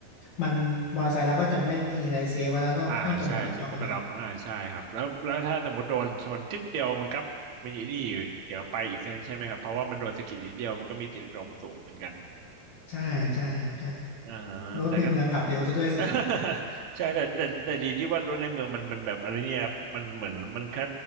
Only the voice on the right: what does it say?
อ่าใช่ใช่หมวกกันน็อกอ่าใช่ครับแล้วแล้วถ้าสมมติโดนชนจิดเดียวมันก็มีนี่อยู่เดี๋ยวไปอีกใช่ไหมครับเพราะว่ามันโดนสะกิดนิดเดียวมันก็มีสิทธิ์ล้มสูงเหมือนกัน
อ่าฮะแต่ก็
<laughs> ใช่แต่แต่แต่ดีที่ว่ารถในเมืองมันมันแบบอะไรเนี่ยมันเหมือนมันแค่